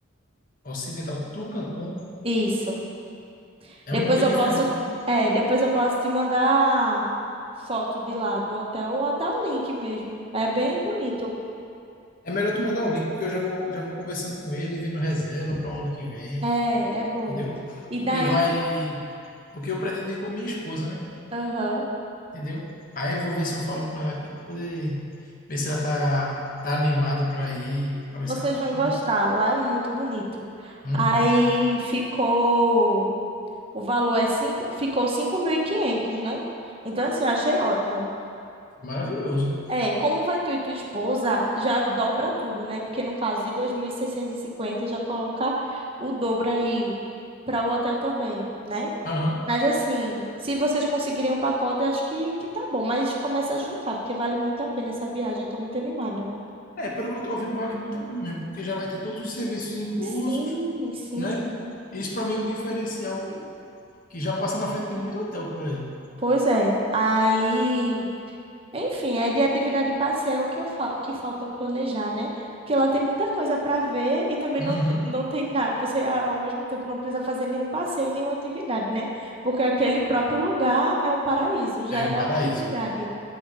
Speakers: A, on the left; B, on the right.
A: Ocidental Tucancum
B: Isso.
A: é
B: Depois
A: um nome bem
B: eu
A: diferente,
B: posso,
A: né?
B: é, depois eu posso te mandar foto de lá do hotel, ou até o link mesmo. É bem bonito.
A: É melhor tu mandar o link, porque eu já vou, já vou conversando com ele, e vendo reserva para o ano que vem,
B: É, é bom.
A: entendeu?
B: E
A: Porque
B: daí
A: vai.
B: fica,
A: Porque eu pretendo ir com minha esposa, né?
B: aham,
A: Entendeu? Aí eu vou ver se eu falo com ela aqui para poder ver se ela tá, tá animada para ir, para ver
B: vocês
A: se ela tá
B: vão
A: com.
B: gostar. Lá é muito bonito.
A: Uhum.
B: Aí ficou, o valor é cinco, ficou 5.500, né? Então assim, eu achei ótimo.
A: Foi maravilhoso.
B: É, como vai tu e tua esposa, já dobra tudo, né? Porque no caso de 2.650, já coloca o dobro aí para o hotel também, né?
A: Aham.
B: Mas assim, se vocês conseguirem um pacote, eu acho que, que tá bom. Mas começa a juntar, porque vale muito a pena essa viagem. Eu tô muito animada.
A: É, pelo que eu tô vendo, vale muito a pena mesmo, porque já vai ter todos os serviços inclusos,
B: Sim, sim,
A: né?
B: sim.
A: Isso para mim é um diferencial que já passa na frente de muito hotel por aí.
B: Pois é. Aí. Enfim, aí de atividade de passeio que eu fa- que falta eu planejar, né? Porque lá tem muita coisa para ver e também
A: Uhum.
B: não, não tem nada. Você, a- ao mesmo tempo, não precisa fazer nenhum passeio e nenhuma atividade, né? Porque aquele próprio lugar é um paraíso, já
A: É
B: é
A: o
B: atividade.
A: paraíso.